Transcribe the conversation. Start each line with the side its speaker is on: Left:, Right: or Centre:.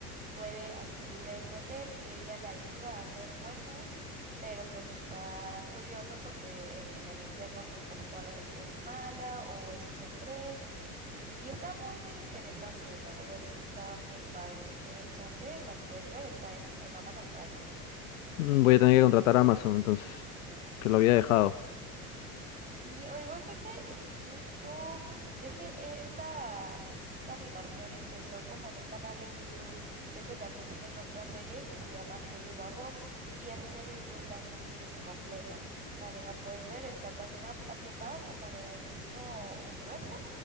Right: puede acudir a ese hotel y ella le ayuda a ser buenos, pero pues está curioso porque en, en el infierno pues casi toda la gente es mala o eso se cree y, y está muy muy interesante, la verdad sí está muy padre, si tienes chance la puedes ver, está en, en Amazon Prime.
Left: Mm, Voy a tener que contratar a Amazon entonces, que lo había dejado.
Right: Sí, o igual creo que en YouTube, es que eh, esta, esta animación empezó como en un canal de YouTube. De hecho, también tienen otra serie que se llama Hello Babos y esa serie sí está en YouTube completa. También la puedes ver, está también a- ambientado como en el mismo universo,